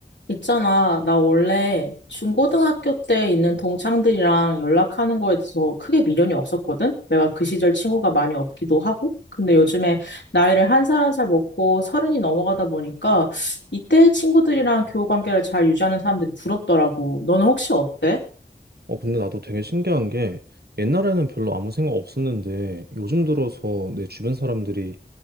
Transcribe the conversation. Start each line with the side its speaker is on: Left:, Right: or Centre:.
Left: 있잖아, 나 원래 중고등학교 때 있는 동창들이랑 연락하는 거에 대해서 크게 미련이 없었거든? 내가 그 시절 친구가 많이 없기도 하고. 근데 요즘에 나이를 한 살 한 살 먹고 서른이 넘어가다 보니까 이때 친구들이랑 교우 관계를 잘 유지하는 사람들이 부럽더라고. 너는 혹시 어때?
Right: 어, 근데 나도 되게 신기한 게 옛날에는 별로 아무 생각 없었는데 요즘 들어서 내 주변 사람들이